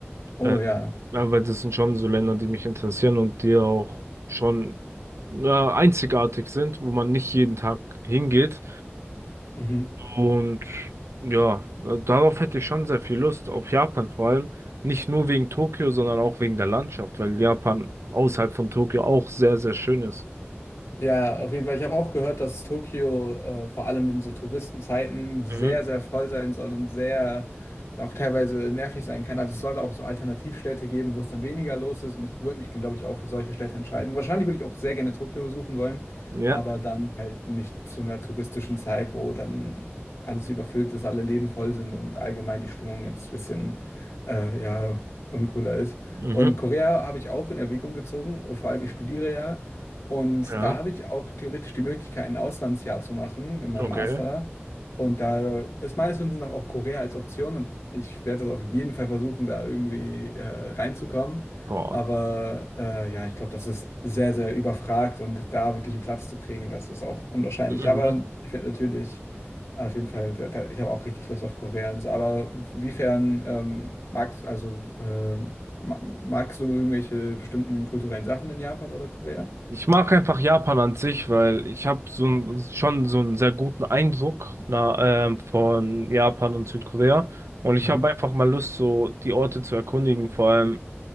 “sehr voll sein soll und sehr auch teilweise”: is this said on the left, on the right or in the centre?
Left